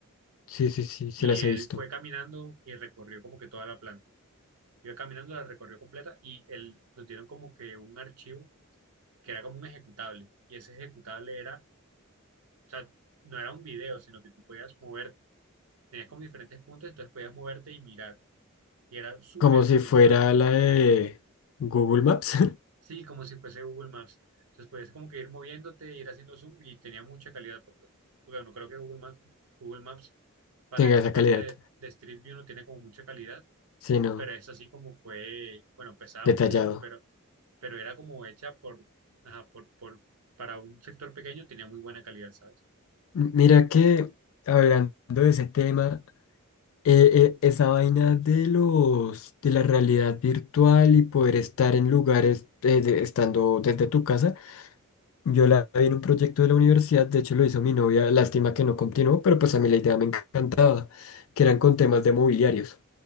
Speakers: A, on the left; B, on the right.
A: Sí, sí, sí, sí
B: Y
A: las
B: él
A: he visto.
B: fue caminando y recorrió como que toda la planta. Iba caminando, la recorrió completa y él, nos dieron como que un archivo que era como un ejecutable. Y ese ejecutable era, o sea, no era un video, sino que tú podías mover Tenías como diferentes puntos, entonces podías moverte y mirar. Y era súper
A: Como si
B: útil,
A: fuera
B: ¿sabes?
A: la de Google Maps,
B: Sí, como si fuese Google Maps. Entonces podías como que ir moviéndote, ir haciendo zoom y tenía mucha calidad. Por... Porque no creo que Google Maps, Google Maps
A: <laughs>
B: para
A: tenga
B: esta
A: esa
B: parte
A: calidad,
B: de, de Street View no tiene como mucha calidad,
A: sí no
B: pero es así como fue, bueno, pesaba
A: detallado.
B: muchísimo, pero, pero era como hecha por, ajá, por, por, para un sector pequeño tenía muy buena calidad, ¿sabes?
A: M- Mira que hablando de ese tema, eh, eh, esa vaina de los de la realidad virtual y poder estar en lugares eh, de- estando desde tu casa. Yo la vi en un proyecto de la universidad, de hecho lo hizo mi novia, lástima que no continuó, pero pues a mí la idea me encanta, que eran con temas de mobiliarios.